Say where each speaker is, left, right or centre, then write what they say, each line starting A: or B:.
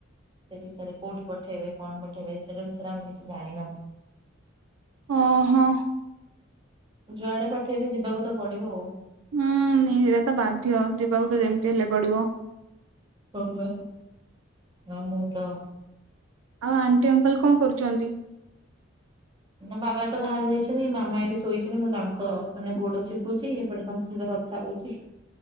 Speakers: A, on the right; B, on the right.
A: ସେବିଷୟରେ କୋଉଠି ପଠେଇବେ କଣ ପଠେଇବେ ସେରା ବିଷୟରେ ଆମେ କିଛି ଜାଣିନାହୁଁ।
B: ଓ ହୋ।
A: ଯୁଆଡେ ପଠେଇବେ ଯିବାକୁତ ପଡିବ ଆଉ।
B: ହୁଁ ଏଇରାତ ବାଧ୍ୟ ଯିବାକୁତ ଯେମିତି ହେଲେ ପଡିବ।
A: ହଁବା ଆ ମୁଁତ
B: ଆଉ ଆଣ୍ଟି ଅଙ୍କଲ କଣ କରୁଚନ୍ତି?
A: ନା ବାବା ତ ବାହାରକୁ ଯାଇଛନ୍ତି ମାମା ଏଇଠି ଶୋଇଛନ୍ତି ମୁଁ ତାଙ୍କ ମାନେ ଗୋଡ ଚିପୁଛି ଏପଟେ ତାମସହିତ ଥା ହୋଉଚି।